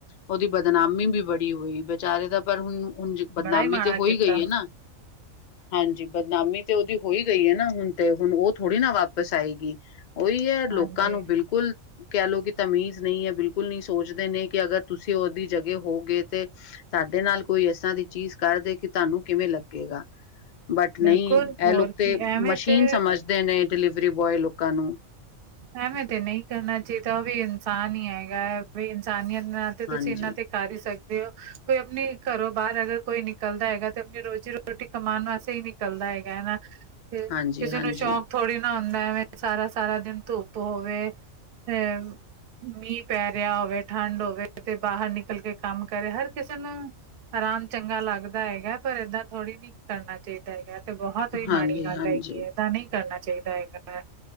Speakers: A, on the left; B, on the right.
A: ਉਹਦੀ ਬਦਨਾਮੀ ਵੀ ਬੜੀ ਹੋਈ, ਫੇਰ ਵਿਚਾਰੇ ਦਾ ਪਰ ਹੁਣ, ਹੁਣ ਬਦਨਾਮੀ
B: ਬੜਾ ਹੀ ਮਾੜਾ
A: ਤੇ ਹੋਈ
B: ਕੀਤਾ
A: ਗਈ ਹੈ ਨਾ। ਹਾਂਜੀ ਬਦਨਾਮੀ ਤੇ ਉਹਦੀ ਹੋਈ ਗਈ ਏ ਨਾ ਹੁਣ ਤੇ ਹੁਣ ਉਹ ਥੋੜ੍ਹੀ ਨਾ ਵਾਪਿਸ ਆਏਗੀ ਉਹੀ ਐ ਲੋਕਾਂ
B: ਹਾਂਜੀ
A: ਨੂੰ ਬਿਲਕੁਲ ਕਹਿ ਲਓ ਕਿ ਤਮੀਜ਼ ਨਹੀਂ ਹੈ ਬਿਲਕੁਲ ਨਹੀਂੀ ਸੋਚਦੇ ਨੇ ਕਿ ਅਗਰ ਤੁਸੀਂ ਉਹਦੀ ਜਗ੍ਹਾ ਹੋਗੇ ਤੇ ਤੁਹਾਡੇ ਨਾਲ ਕੋਈ ਇਸ ਤ੍ਹਾਂ ਦੀ ਚੀਜ਼ ਕਰਦੇ ਕਿ ਤੁਹਾਨੂੰ ਕਿਵੇਂ ਲੱਗੇਗਾ ਬਟ
B: ਬਿਲਕੁਲ
A: ਨਹੀਂ
B: ਹੋਰ
A: ਇਹ ਲੋਕ ਤੇ
B: ਕੀ ਐਵੇਂ
A: ਮਸ਼ੀਨ
B: ਤੇ
A: ਸਮਝਦੇ ਨੇ ਡਿਲੀਵਰੀ ਬੋਆਏ ਲੋਕਾਂ ਨੂੰ
B: ਐਵੇਂ ਤੇ ਨਹੀਂ ਕਰਨਾ ਚਾਹੀਦਾ ਉਹ ਵੀ ਇਨਸਾਨ ਹੀ ਹੈਗਾ ਹੈ ਵੀ ਇਨਸਾਨੀਅਤ ਨਾ ਤੇ ਤੁਸੀਂ
A: ਹਾਂਜੀ
B: ਇਹਨਾਂ ਤੇ ਕਰ ਹੀ ਸਕਦੇ ਹੋ ਕੋਈ ਆਪਣੀ ਘਰੋਂ ਬਾਹਰ ਅਗਰ ਕੋਈ ਨਿਕਲਦਾ ਹੈਗਾ ਤੇ ਆਪਣੀ ਰੋਜ਼ ਰੋ ਰੋਟੀ ਕਮਾਉਣ ਵਾਸਤੇ ਹੀ ਨਿਕਲਦਾ ਹੈਗਾ ਹਨਾ
A: <inaudible>
B: ਤੇ ਕਿਸੇ
A: ਹਾਂਜੀ
B: ਨੂੰ ਸ਼ੌਂਕ ਥੋੜੀ ਨਾ ਹੁੰਦਾ ਐਵੇਂ ਸਾਰਾ ਸਾਰਾ ਦਿਨ ਧੁੱਪ ਹੋਵੇ <unintelligible> ਮੀਂਹ ਪੈ ਰਿਹਾ ਹੋਵੇ ਠੰਡ ਹੋਵੇ ਤੇ ਬਾਹਰ ਨਿਕਲ ਕੇ ਕੰਮ ਕਰੇ ਹਰ ਕਿਸੇ ਨੂੰ ਆਰਾਮ ਚੰਗਾ ਲੱਗਦਾ ਹੈਗਾ ਪਰ ਏਦਾਂ ਥੋੜ੍ਹੀ ਨੀ ਕਰਨਾ ਚਾਹੀਦਾ ਹੈਗਾ <unintelligible> ਬਹੁਤ ਹੀ
A: ਹਾਂਜੀ
B: ਮਾੜੀ ਗੱਲ
A: ਹਾਂਜੀ
B: ਹੈਗੀ ਏ ਏਦਾਂ ਨਹੀਂ ਕਰਨਾ ਚਾਹੀਦਾ ਹੈਗਾ